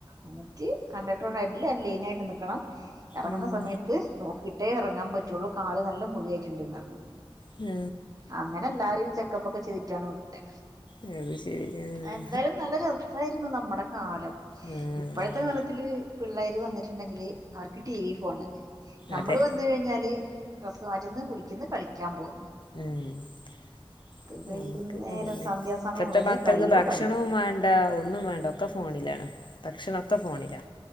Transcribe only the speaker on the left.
ഉം
മ്ഹ്
ആഹ് അത് ശരി ആഹ്
ആഹ്
അതെ
ഏഹ്
മ്മക്ക് അതന്നെ
ഇപ്പത്തെ
മക്കക്ക്
ഭക്ഷണു
വേണ്ട ഒന്നും വേണ്ട കെ ഫോണിലാണ് ഭക്ഷണക്കെ ഫോണിലാ